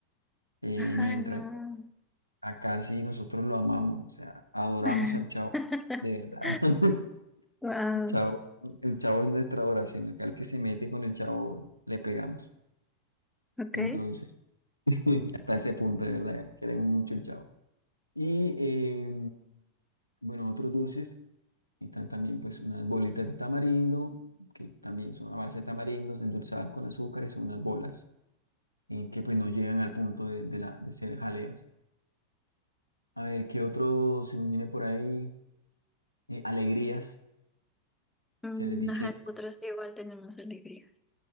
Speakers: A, on the left; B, in the centre.
A: Y
B: Ajá,
A: mientras
B: no.
A: acá sí nosotros lo amamos, o sea, adoramos
B: <laughs>
A: al Chavo, de verdad. <laughs>
B: Wow,
A: El Chavo, el Chavo es nuestra adoración. Acá el que se mete con el Chavo le pegamos.
B: ok.
A: Entonces, <laughs> hasta ese punto, de verdad, queremos mucho el Chavo. Y eh, bueno, otros dulces, están también pues unas bolitas de tamarindo, que también son a base de tamarindos endulzadas con azúcar y son unas bolas, en que pues no llegan al punto de, de la, de ser jaleas A ver, ¿qué otro se me viene por ahí? Eh, alegrías,
B: Mm,
A: se les dice.
B: Ajá, nosotros sí igual tenemos alegrías.